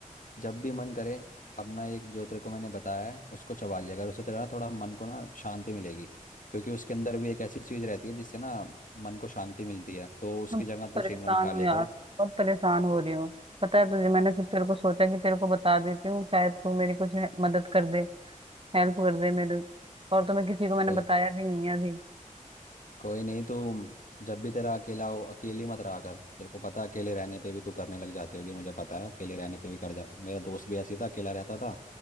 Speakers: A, on the left; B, on the right.
A: जब भी मन करे अपना एक जो तेरे को मैंने बताया है उसको चबा लिया कर उससे तेरा ना थोड़ा मन को ना शांति मिलेगी क्योंकि उसके अंदर भी एक ऐसी चीज रहती है जिससे ना मन को शांति मिलती है तो उसकी
B: मैं बहुत
A: जगह तू
B: परेशान
A: चिंगम खा
B: हूँ
A: लिया
B: यार
A: कर
B: बहुत परेशान हो रही हूँ पता है तुझे मैंने फिर तेरे को सोचा कि तेरे को बता देती हूँ शायद तू मेरी कुछ हे- मदद कर दे हेल्प कर दे मेरे और तो मैं किसी को मैंने
A: कोई
B: बताया भी नहीं है अभी
A: कोई नहीं तू जब भी तेरा अकेला हो अकेली मत रहा कर तेरे को पता है, अकेले रहने पे भी तू करने लग जाती होगी मुझे पता है अकेले रहने पे भी कर जा मेरा दोस्त भी ऐसी था अकेला रहता था